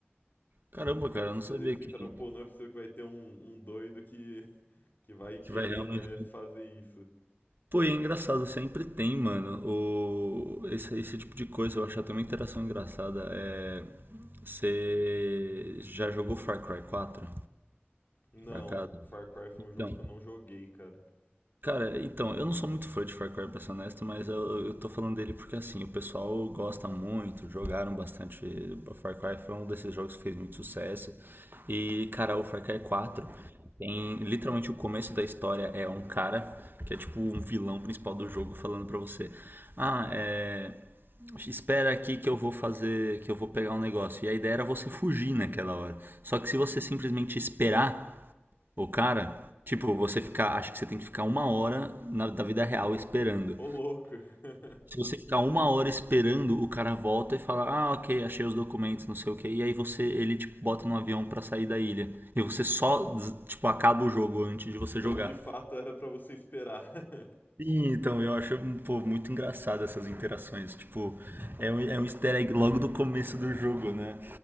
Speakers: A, on the right; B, on the left.
A: Caramba,
B: Eles,
A: cara, eu não sabia
B: eles pensaram,
A: que,
B: pô, não é possível que vai ter um, um doido que, que vai querer,
A: que vai realmente.
B: né, fazer isso.
A: Pô, e é engraçado, sempre tem, mano. O... Esse, esse tipo de coisa eu acho até uma interação engraçada. É... Você já jogou Far Cry quatro
B: Não,
A: por acaso?
B: Far Cry foi
A: Então,
B: um jogo que eu não joguei, cara.
A: Cara, então, eu não sou muito fã de Far Cry, pra ser honesto, mas eu, eu tô falando dele porque, assim, o pessoal gosta muito, jogaram bastante. Far Cry foi um desses jogos que fez muito sucesso. E, cara, o Far Cry quatro tem literalmente o começo da história é um cara que é tipo um vilão principal do jogo falando pra você: Ah, é. Espera aqui que eu vou fazer, que eu vou pegar um negócio. E a ideia era você fugir naquela hora. Só que se você simplesmente esperar. O cara, tipo, você ficar, acho que você tem que ficar uma hora na, da vida real esperando.
B: Ô, louco! <laughs>
A: Se você ficar uma hora esperando, o cara volta e fala, ah, ok, achei os documentos, não sei o que, e aí você, ele tipo, bota no avião pra sair da ilha. E você só, tipo, acaba o jogo antes de você
B: Então,
A: jogar.
B: de fato, era pra você esperar. <laughs>
A: Sim, então eu acho pô, muito engraçado essas interações. Tipo, é um, é um easter egg logo do começo do jogo, né?